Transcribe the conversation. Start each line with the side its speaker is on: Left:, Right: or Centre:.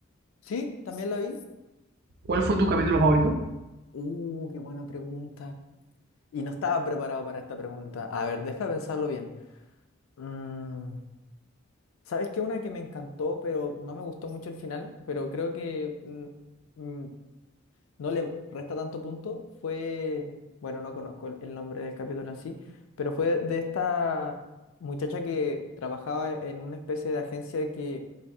Left: Sí, también la vi.
Right: ¿Cuál fue tu capítulo favorito? Me
Left: Uh, qué buena pregunta. Y no estaba preparado para esta pregunta. A ver, deja de pensarlo bien. Mm. ¿Sabes qué? Una que me encantó, pero no me gustó mucho el final, pero creo que mm, mm, no le resta tanto punto, fue, bueno, no conozco el, el nombre del capítulo en sí, pero fue de esta muchacha que trabajaba en una especie de agencia que